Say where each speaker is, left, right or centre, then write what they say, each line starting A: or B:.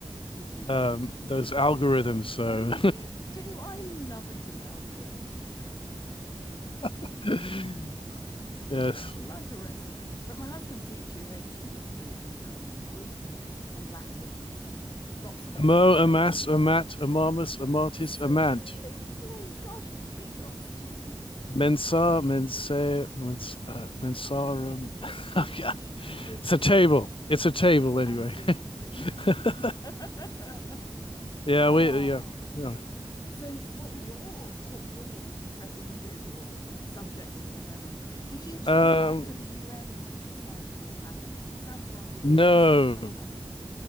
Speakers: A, on the left; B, on the left.
A: you do.
B: um those algorithms so
A: Oh, you do. I love a good algorithm. <laughs>
B: <laughs> yes
A: like a recipe. But my husband teaches ancient history and um, Greek and Latin, so lots of essays
B: amo
A: for
B: amas
A: him.
B: amat amamus amatis
A: Absolutely.
B: amant
A: Gosh, kudos to you.
B: Mensa, mensa, Mensa uh, mensarum. <laughs> Oh,
A: Gosh,
B: yeah.
A: good for
B: It's a table.
A: you.
B: It's a table anyway.
A: Absolutely.
B: <laughs>
A: <laughs>
B: Yeah,
A: Oh.
B: we yeah. Yeah.
A: So what were your what were your preferences or subjects or whatever? Did you take
B: Um
A: after the UN side of your family? Because it sounds rather as
B: no.
A: though your son has done.